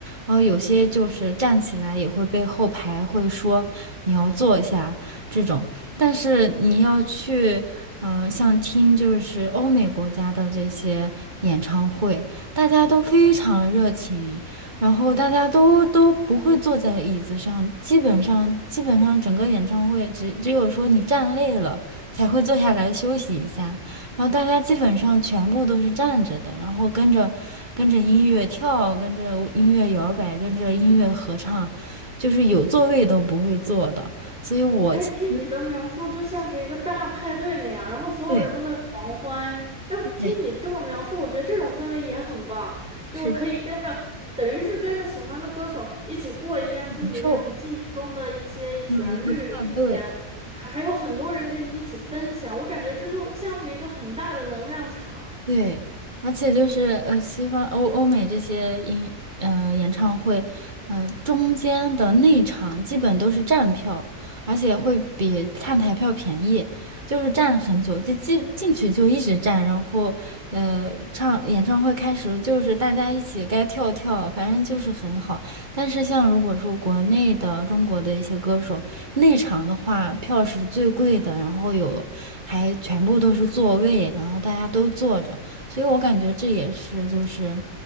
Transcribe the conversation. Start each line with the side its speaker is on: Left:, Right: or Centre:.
Right: 然后有些就是站起来也会被后排会说你要坐下这种。但是你要去，嗯、像听就是欧美国家的这些演唱会，大家都非常热情，然后大家都都不会坐在椅子上，基本上基本上整个演唱会只只有说你站累了才会坐下来休息一下，然后大家基本上全部都是站着的，然后跟着跟着音乐跳，跟着音乐摇摆，跟着音乐合唱，就是有座位都不会坐的，所以我其实
Centre: 哎，听你的描述就像是一个大派对那样，然后所有人都在狂欢。
Right: 对。
Centre: 哎，
Right: 对，
Centre: 听你这么描述，我觉得这种氛围也很棒，就是可以跟着，
Right: 是
Centre: 等于是跟着喜欢的歌手一起过一遍自己那种记忆中的一些旋律，
Right: 享受这么一个派对，
Centre: 并且还还有很多人跟你一起分享。我感觉这就像是一个很大的能量场。
Right: 对，而且就是呃，西方欧欧美这些音呃演唱会，呃中间的内场基本都是站票，而且会比看台票便宜，就是站很久，就进进去就一直站，然后呃唱演唱会开始就是大家一起该跳跳，反正就是很好，但是像如果说国内的中国的一些歌手内场的话，票是最贵的，然后有还全部都是座位，然后大家都坐着，所以我感觉这也是就是